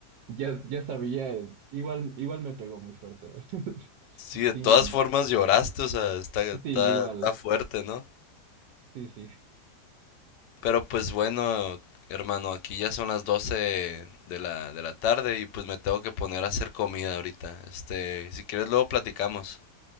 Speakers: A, on the right; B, on the left.
A: Ya, ya sabía, eh, igual, igual me pegó muy fuerte. <laughs>
B: Sí, de
A: Sí,
B: todas formas lloraste, o sea, está, está,
A: sí, igual,
B: está fuerte, ¿no?
A: sí, sí.
B: Pero pues bueno, hermano, aquí ya son las 12 de la, de la tarde y pues me tengo que poner a hacer comida ahorita. Este, si quieres luego platicamos.